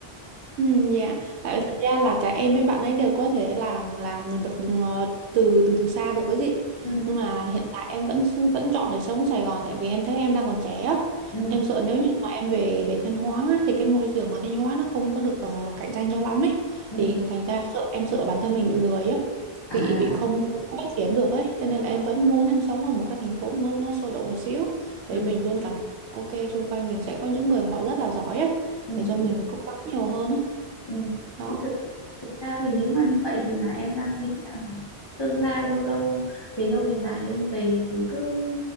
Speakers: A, on the right (about 85°); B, on the left (about 25°).
A: Ừ,
B: em
A: dạ, Tại vì thật ra là cả em với bạn ấy đều có thể làm làm việc từ từ từ, từ xa được cái gì.
B: ừ
A: Nhưng mà hiện tại em vẫn vẫn chọn để sống Sài Gòn tại vì em thấy em đang còn trẻ á.
B: ừ
A: Em sợ nếu như mà em về về Thanh Hóa á, thì cái môi trường ở Thanh Hóa nó không có được ờ, cạnh tranh nhau lắm ấy.
B: ừ
A: Thì thành ra sợ em sợ bản thân mình bị lười á,
B: à
A: bị bị
B: à,
A: không, không phát triển được ấy. Cho nên là em vẫn muốn em sống ở một cái thành phố mà nó nó sôi động một xíu
B: ừ
A: để mình luôn cảm thấy ok xung quanh mình sẽ có những người mà họ rất là giỏi á
B: ừ
A: để cho mình
B: ừ
A: cố gắng nhiều hơn á
B: Ừ.
A: đó
B: Thì thực thực ra thì nếu mà như vậy thì là em đang nghĩ là tương lai lâu lâu về lâu về dài thì em về thì cứ